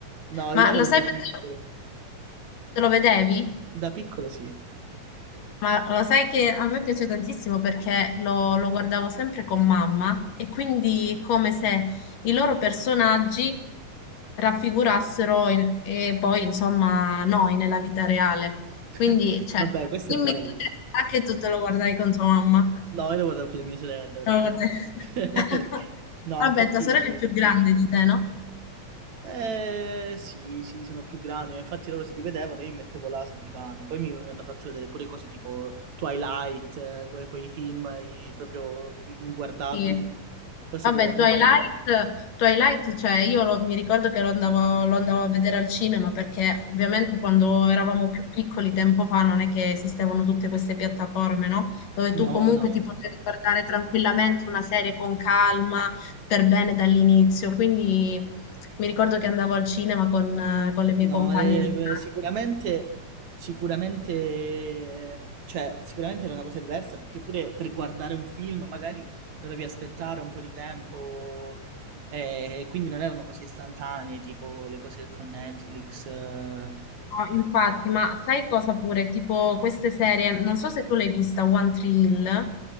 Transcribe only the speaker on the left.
Ma
lo
sai
perché
te lo vedevi?
Ma lo sai che a me piace tantissimo perché lo, lo guardavo sempre con mamma e quindi è come se i loro personaggi raffigurassero in- e poi insomma noi nella vita reale.
Quindi, cioè,
dimmi
tu che anche tu te lo guardavi con tua mamma.
Te lo guardavi-
<laughs>
Vabbè,
tua sorella è più grande di te, no?
Sì.
Vabbè,
Twilight, Twilight, cioè io lo- mi ricordo che lo andavo, lo andavo a vedere al cinema perché ovviamente quando eravamo più piccoli tempo fa non è che esistevano tutte queste piattaforme, no? Dove
tu comunque
ti potevi guardare tranquillamente una serie con calma, per bene dall'inizio. Quindi mi ricordo che andavo al cinema con, eh, con le mie
compagne
di classe.
No, infatti, ma sai cosa pure? Tipo queste serie, non so se tu l'hai vista, One Tree Hill,